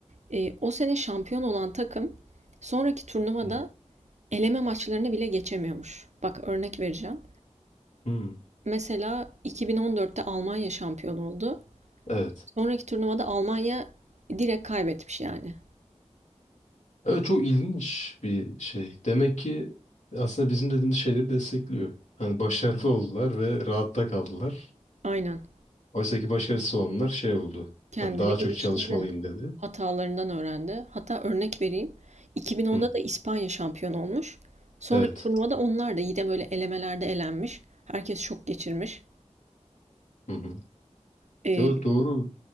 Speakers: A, on the right; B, on the left.
A: E, o sene şampiyon olan takım sonraki turnuvada
B: Hı.
A: eleme maçlarını bile geçemiyormuş. Bak örnek vereceğim.
B: Hı.
A: Mesela 2014'te Almanya şampiyon oldu.
B: Evet.
A: Sonraki turnuvada Almanya direkt kaybetmiş yani.
B: Evet çok ilginç bir şey. Demek ki aslında bizim dediğimiz şeyleri destekliyor. Hani başarılı oldular ve rahatta kaldılar.
A: Aynen.
B: Oysa ki başarısız olanlar şey oldu.
A: Kendini
B: Hani daha çok
A: geliştirdi.
B: çalışmalıyım dedi.
A: Hatalarından öğrendi. Hatta örnek vereyim. 2010'da
B: Hı.
A: da İspanya şampiyon olmuş. Sonraki
B: Evet.
A: turnuvada onlar da yine böyle elemelerde elenmiş. Herkes şok geçirmiş.
B: Hı hı.
A: E,
B: Yo, doğru.